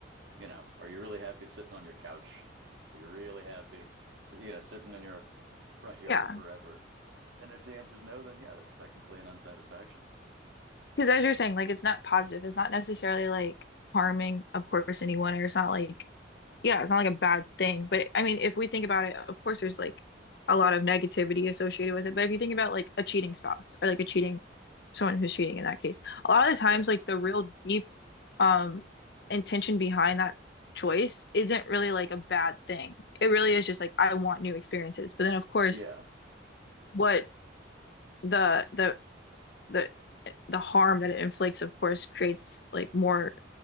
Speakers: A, on the right; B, on the left.
A: you know, are you really happy sitting on your couch? Are you really happy, you know, sitting in your front yard
B: Yeah.
A: forever? And if the answer is no, then yeah, that's technically an unsatisfaction.
B: Because as you're saying, like it's not positive. It's not necessarily like harming, of course, anyone, or it's not like, yeah, it's not like a bad thing. But I mean, if we think about it, of course, there's like a lot of negativity associated with it. But if you think about like a cheating spouse or like a cheating someone who's cheating in that case, a lot of the times,
A: Yeah.
B: like the real deep um intention behind that choice isn't really like a bad thing. It really is just like I want new experiences. But then, of course,
A: Yeah.
B: what the the the the harm that it inflicts, of course, creates like more